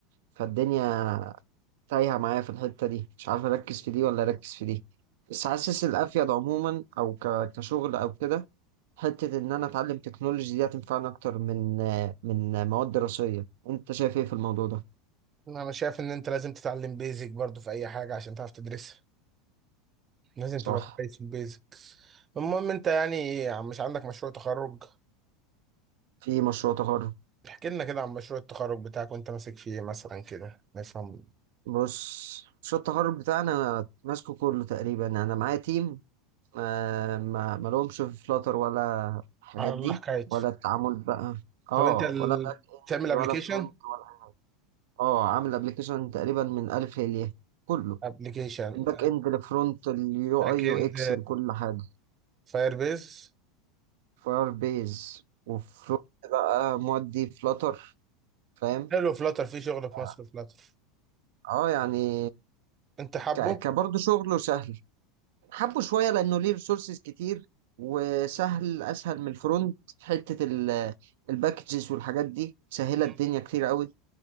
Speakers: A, on the right (about 70°); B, on the right (about 30°).
A: فالدنيا تايهة معايا في الحتة دي مش عارف أركز في دي ولا أركز في دي بس حاسس الأفيد عموما أو ك- كشغل أو كده حتة إن أنا أتعلم تكنولوجي دي هتنفعني أكتر من من مواد دراسية أنت شايف إيه في الموضوع ده؟
B: ما انا شايف ان انت لازم تتعلم بيزك برضو في اي حاجه عشان تعرف تدرسها لازم
A: صح
B: تبقى كويس في البيزك المهم انت يعني مش عندك مشروع تخرج
A: في مشروع تخرج
B: احكي لنا كده عن مشروع التخرج بتاعك وانت ماسك فيه مثلا كده نفهم
A: بص مشروع التخرج بتاعنا أنا ماسكه كله تقريبا انا معايا تيم ما ما ما لهمش في فلاتر ولا الحاجات
B: على الله
A: دي
B: حكايته
A: ولا التعامل بقى اه
B: طب انت ال...
A: ولا باك اند
B: بتعمل ابلكيشن
A: ولا فرونت ولا اه عامل ابلكيشن تقريبا من الف للياء كله
B: ابلكيشن
A: من باك اند لفرونت اليو
B: باك
A: اي يو
B: اند
A: اكس لكل حاجه
B: فاير بيز
A: فاير بيز وفرونت بقى مودي فلاتر فاهم
B: حلو فلاتر في شغل في
A: اه
B: مصر فلاتر
A: آه، يعني
B: انت حابه
A: ك... كبرضه شغله سهل حبه شويه لانه ليه ريسورسز كتير وسهل اسهل من الفرونت في حته ال- الباكجز والحاجات دي سهله
B: مم.
A: الدنيا كتير قوي